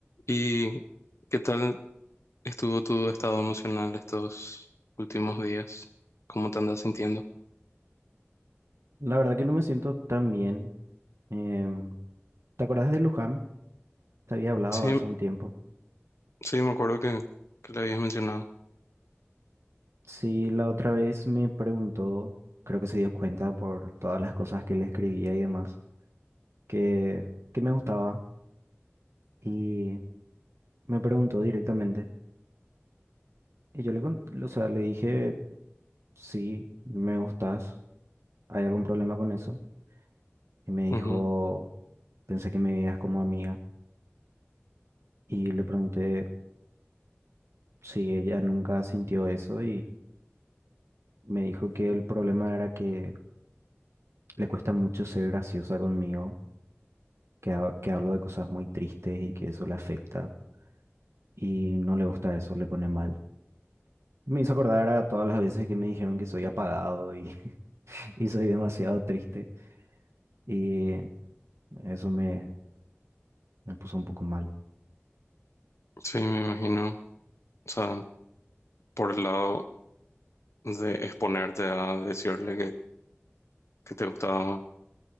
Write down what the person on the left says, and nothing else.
¿Y qué tal estuvo tu estado emocional estos últimos días? ¿Cómo te andas sintiendo?
Sí,
sí, me acuerdo que, que le habías mencionado.
Ujú.
Sí, me imagino. O sea, por el lado de exponerte a decirle que, que te gustaba,